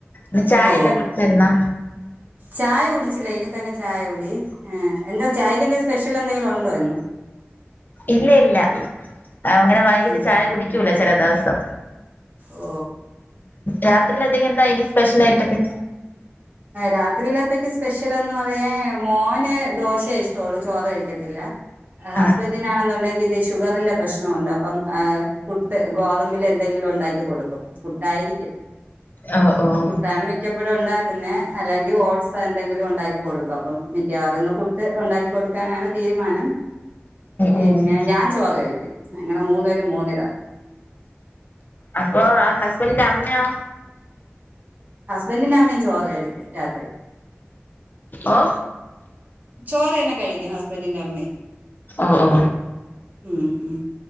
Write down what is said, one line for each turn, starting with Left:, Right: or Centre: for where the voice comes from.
Left: അ ചായ
Right: ഓ
Left: എല്ലാം കുടിച്ചരുന്നാ
Right: ചായ കുടിച്ചില്ല ഇനി തന്നെ ചായകുടി. എന്താ ചായക്കെന്താ സ്പെഷ്യലെന്തെങ്കിലും ഒണ്ടോ ഇന്ന്
Left: ഇല്ല ഇല്ല അങ്ങനെ വൈകിട്ട്
Right: ഇല്ല
Left: ചായ കുടിക്കൂല ചില ദിവസം
Right: ഓ
Left: രാത്രിയിലത്തേക്കെന്താ ഇനി സ്പെഷ്യൽ ആയിട്ടൊക്കെ
Right: രാത്രിയിലത്തേക്ക് സ്പെഷ്യൽന്ന് പറയാൻ മോന് ദോശയേ ഇഷ്ടൊള്ളു. ചോറ് കഴിക്കത്തില്ല ഹസ്ബൻഡിനാണെന്നുണ്ടെങ്കി
Left: ആഹ്
Right: ഇത്തി ഷുഗറിന്റെ പ്രശ്നം ഒണ്ട് അപ്പം ആ പുട്ട് ഗോതമ്പില് എന്തെങ്കിലും ഒണ്ടാക്കി കൊടുക്കും പുട്ടായിരിക്കും
Left: ഓ ഓ ഉം
Right: പുട്ടാണ്‌ മിക്കപ്പോഴും ഉണ്ടാക്ക അല്ലെങ്കിൽ ഓട്സ് എന്തെങ്കിലും ഒണ്ടാക്കി കൊടുക്കും. അപ്പം മിക്കാറും ഇന്ന് പുട്ട് ഒണ്ടാക്കി കൊടുക്കാനാണ് തീരുമാനം പിന്നെ
Left: ഉം
Right: ഞാൻ ചോറ് കഴിക്കും. അങ്ങനെ മൂന്ന് പേരും മൂന്നിതാ
Left: അപ്പൊ ആ ഹസ്ബൻഡിന്റെ അമ്മയോ
Right: ഹസ്ബൻഡിന്റെ അമ്മയും ചോറ് കഴിക്കും രാത്രി
Left: ഓ
Right: ചോറ് തന്നെ കഴിക്കും ഹസ്ബൻഡിന്റെ അമ്മയും
Left: ഓ ഓ
Right: ഉം ഉം